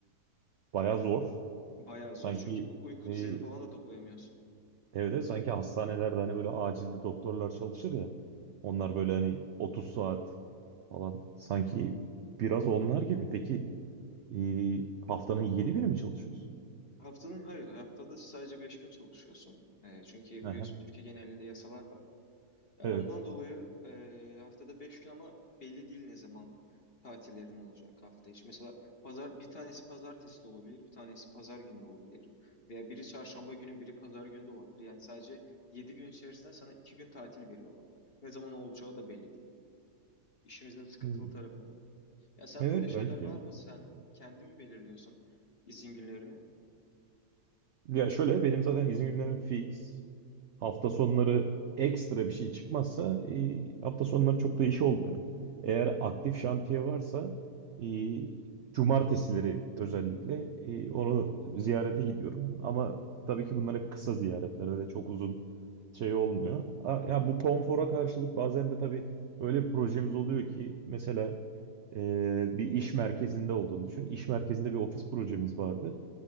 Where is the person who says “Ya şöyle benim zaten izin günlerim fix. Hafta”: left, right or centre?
Right